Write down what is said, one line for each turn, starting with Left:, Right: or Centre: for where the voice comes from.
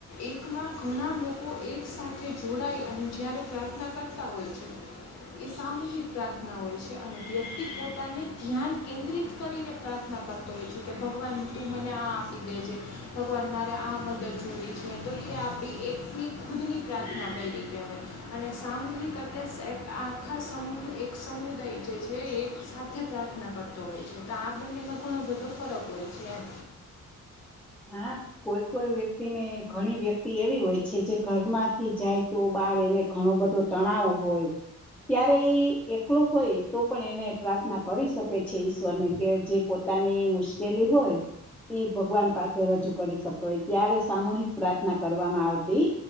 Left: એકમાં ઘણા લોકો એક સાથે જોડાઈ અને જ્યારે પ્રાર્થના કરતા હોય છે એ સામૂહિક પ્રાર્થના હોય છે અને વ્યક્તિ પોતાને ધ્યાન કેન્દ્રિત કરી પ્રાર્થના કરતો હોય છે કે ભગવાન તું મને આ આપી દેજે ભગવાન મારે આ મદદ જોતી છે તો એ આપણી એકની ખુદની પ્રાર્થના કરી કહેવાય અને સામૂહિક એટલે આખા સમૂહ એક સમુદાય જે છે એક સાથે પ્રાર્થના કરતો હોય છે બંનેમાં ઘણો બધો ફરક હોય છે એમ
Centre: હા કોઈ કોઈ વ્યક્તિ ને ઘણી વ્યક્તિ એવી હોય છે જે ઘરમાંથી જાય તો બાર એને ઘણો બધો તણાવ હોય ત્યારે એ એકલો હોય તો પણ એને પ્રાર્થના કરી શકે છે ઈશ્વર ને કે જે પોતાની મુશ્કેલી હોય એ ભગવાન પાસે રજૂ કરી શકો ત્યારે સામૂહિક પ્રાર્થના કરવામાં આવતી